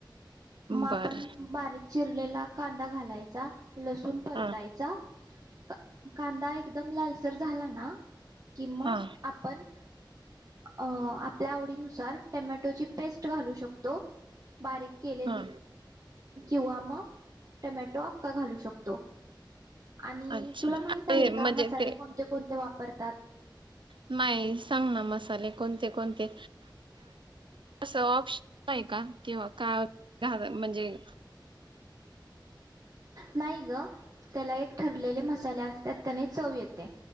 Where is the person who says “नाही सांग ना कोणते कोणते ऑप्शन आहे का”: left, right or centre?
Right